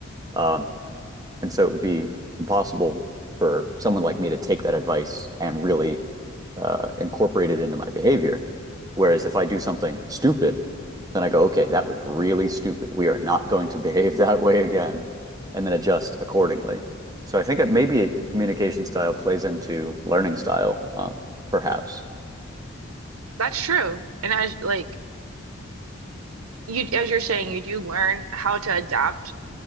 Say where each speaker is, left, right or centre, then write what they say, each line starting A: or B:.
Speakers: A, on the right; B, on the right.
A: Um, and so it would be impossible for someone like me to take that advice and really uh, incorporate it into my behavior. Whereas if I do something stupid, then I go, okay, that was really stupid. We are not going to behave <laughs> that way again, and then adjust accordingly. So I think that maybe communication style plays into learning style, um, perhaps.
B: that's true. And as like you as you're saying, you do learn how to adapt